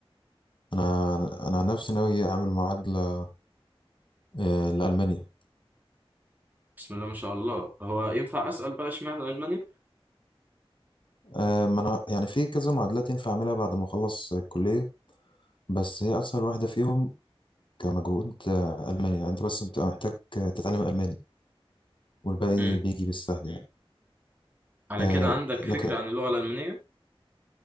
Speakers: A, on the left; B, on the right.
A: انا انا عن نفسي ناوي اعمل معادلة آه، لألمانيا
B: بسم الله ما شاء الله هو ينفع أسأل بقى اشمعنى ألمانيا؟
A: آه، ما انا يعني في كذا معادلات ينفع اعملها بعد ما اخلص الكليه بس هي اسهل واحده فيهم كمجهود آه، المانيا يعني انت بس بتبقى محتاج آه، تتعلم الماني والباقي
B: امم
A: بيجي بالسهل يعني
B: على
A: آه،
B: كده عندك فكرة
A: لكن
B: عن اللغة الألمانية؟